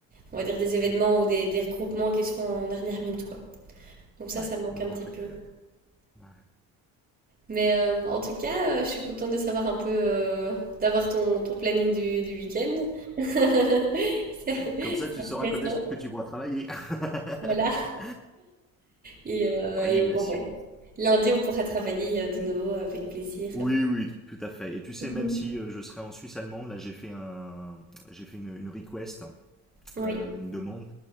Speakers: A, on the right (about 25°); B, in the centre.
A: on va dire, des événements ou des, des regroupements qui se font en dernière minute, quoi. Donc ça,
B: Ouais.
A: ça me manque
B: Non,
A: un
B: non,
A: petit
B: c'est
A: peu.
B: clair. Ouais.
A: Mais euh, en tout cas, euh, je suis contente de savoir un peu, euh, d'avoir ton, ton planning du, du week-end. <laughs> C'est c'est
B: Comme ça, tu
A: intéressant.
B: sauras quand est-ce que tu pourras travailler. <laughs>
A: Voilà. Et, euh,
B: par
A: et
B: élimination.
A: bon, ben Lundi, on pourra travailler euh, de nouveau avec plaisir.
B: Oui,
A: <laughs>
B: oui, tout à fait. Et tu sais,
A: Mhm.
B: même si euh, je serais en Suisse allemande, là j'ai fait un, j'ai fait une, une request,
A: Oui.
B: euh, une demande,